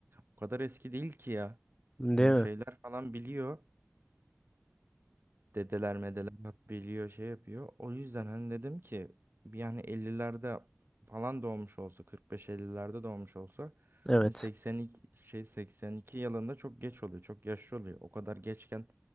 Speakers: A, on the right; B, on the left.
A: o kadar eski değil ki ya.
B: Değil
A: Hani
B: mi?
A: şeyler falan biliyor. Dedeler medeler hat biliyor şey yapıyor. O yüzden hani dedim ki bir yani 50'lerde falan doğmuş olsa 45-50'lerde doğmuş olsa
B: Evet.
A: hani 82 şey 82 yılında çok geç oluyor. Çok yaşlı oluyor. O kadar geçken